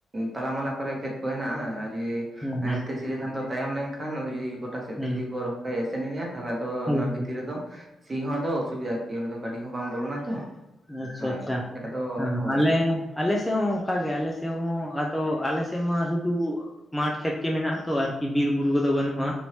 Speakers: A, on the right (about 35°); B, in the centre.
A: ᱛᱟᱞᱟ ᱢᱟᱞᱟ ᱠᱚᱨᱮ ᱠᱷᱮᱛ ᱠᱚ ᱦᱮᱱᱟᱜᱼᱟ ᱟᱨ
B: ᱦᱮᱸ
A: ᱱᱟᱦᱮᱞᱛᱮ
B: ᱦᱮᱸ
A: ᱥᱤ ᱞᱮᱠᱷᱟᱱ ᱫᱚ ᱛᱟᱭᱚᱢ ᱞᱮᱱᱠᱷᱟᱱ ᱡᱫᱤ ᱜᱚᱴᱟ ᱥᱮᱫ
B: ᱦᱩᱸ
A: ᱛᱮ ᱡᱩᱫᱤ ᱠᱚ ᱨᱚᱦᱚᱭ ᱮ ᱥᱮᱱᱧᱟ ᱛᱟᱦᱚᱞᱮ ᱛᱚ
B: ᱦᱩᱸ
A: ᱚᱱᱟ ᱵᱷᱤᱛᱤᱨ
B: ᱦᱩᱸ
A: ᱨᱮᱫᱚ ᱥᱤ ᱦᱚᱸ ᱟᱫᱚ ᱚᱥᱩᱵᱤᱫᱟ ᱟᱨᱠᱤ ᱚ ᱫᱚ ᱜᱟᱹᱰᱤ ᱦᱚᱸ ᱵᱟᱝ ᱵᱚᱞᱚᱱᱟ ᱛᱚ
B: ᱟᱪᱪᱷᱟ
A: ᱦᱳᱭ
B: ᱟᱪᱪᱷᱟ
A: ᱟᱫᱚ ᱦᱳᱭ
B: ᱟᱞᱮ ᱟᱞᱮ ᱥᱮᱫ ᱦᱚᱸ ᱚᱱᱠᱟ ᱜᱮ ᱟᱞᱮ ᱥᱮᱫ ᱦᱚᱸ ᱟᱫᱚ ᱟᱞᱮ ᱥᱮᱫ ᱢᱟ ᱥᱩᱫᱩ ᱢᱟᱴᱷ ᱠᱷᱮᱛ ᱜᱮ ᱢᱮᱱᱟᱜ ᱟ ᱛᱚ ᱟᱨᱠᱤ ᱵᱤᱨᱵᱩᱨᱩ ᱠᱚᱫᱚ ᱵᱟᱹᱱᱩᱜᱼᱟ